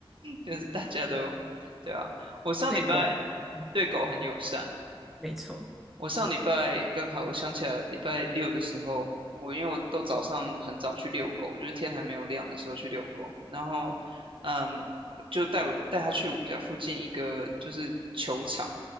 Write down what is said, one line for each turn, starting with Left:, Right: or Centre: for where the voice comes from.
Right: 就是大家都对啊。
Centre: 对啊，
Right: 我上礼拜
Centre: 对狗，嗯，
Right: 对狗很友善，
Centre: 没错，
Right: 我上礼拜刚好，我想起来礼拜六的时候，我因为我都早上很早去遛狗，就是天还没有亮的时候去遛狗，然后，嗯，就带我带他去我们家附近一个就是球场，